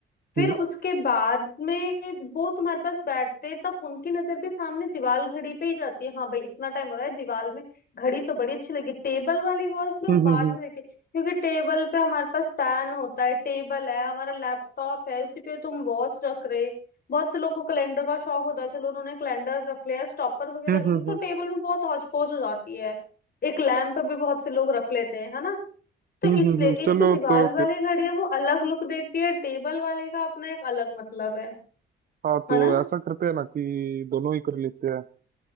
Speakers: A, on the left; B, on the right.
A: फिर
B: हम्म
A: उसके बाद में वो तुम्हारे पास बैठते तब उनकी नजर भी सामने दीवार घड़ी पे ही जाती है हाँ भाई इतना टाइम हो रहा है दीवार में घड़ी तो बड़ी अच्छी लगी टेबल वाली वॉच लोग
B: हम्म
A: बाद
B: हम्म हम्म
A: में देखते हैं, क्योंकि टेबल पे हमारे पास पेन होता है टेबल है हमारा लैपटॉप है उसी पे तुम वॉच रख रहे बहुत से लोग को कैलेंडर का शौक होता है चलो उन्होंने कैलेंडर रख लिया स्टॉपर वगैरह
B: हम्म
A: रख
B: हम्म
A: लिया
B: हम्म
A: तो
B: हम्म
A: टेबल में बहुत हौच पौच हो जाती है एक लैंप भी बहुत से लोग रख लेते हैं है ना तो
B: हम्म,
A: इसलिए
B: हम्म, हम्म,
A: एक
B: चलो
A: जो दीवार
B: तो
A: वाली
B: फिर
A: घड़ी है वो अलग लुक देती है टेबल वाले का अपना एक अलग मतलब है
B: हाँ
A: है
B: तो
A: ना
B: ऐसा करते हैं ना कि दोनों ही कर लेते हैं